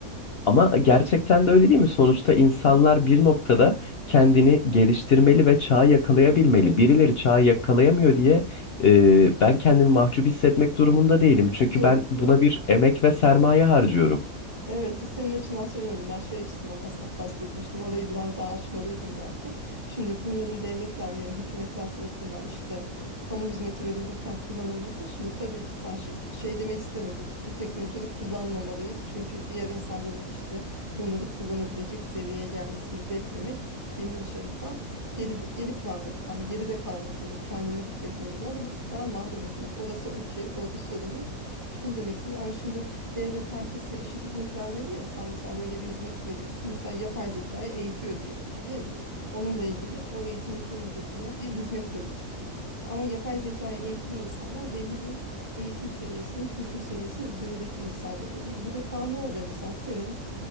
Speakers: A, on the left; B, on the right.
A: ama gerçekten de öyle değil mi? Sonuçta insanlar
B: Hı,
A: bir noktada kendini geliştirmeli ve çağı yakalayabilmeli.
B: Tabii.
A: Birileri çağı yakalayamıyor diye e, ben kendimi mahcup hissetmek durumunda değilim. Çünkü
B: Yok
A: ben buna
B: yok.
A: bir emek ve sermaye harcıyorum.
B: Evet, senin açından söylemedim. Ben şey açısından aslında kastetmiştim. Orayı biraz daha açmalıydım belki. Şimdi bunların devletler yani hükümetler tarafından işte kamu hizmeti verilirken kullanılması. Şimdi tabii ki sen şey, şey demek istemedim. Bu teknolojileri kullanmamalıyız. Çünkü diğer insanların işte bunları kullanabilecek seviyeye gelmesini beklemek benim açımdan geri, geri planda yani geride kalmak olur. Kendimi bu teknolojilerden mahrum etmek. Orası okey. Orada sorun yok. Şunu demek istedim ama şimdi Devlet herkese eşit hizmet vermeli ya. Sen mesela böyle bir hizmeti veriyorsun. Mesela yapay zekayı eğitiyor diyelim ki değil mi? Onunla ilgili o eğitimin sonucunda da bir hizmet verecek. Ama yapay zekayı eğittiği insanlar belli bir eğitim seviyesinin, kültür seviyesinin üzerindeki insanlar oluyor. Bu defa ne oluyor? Mesela senin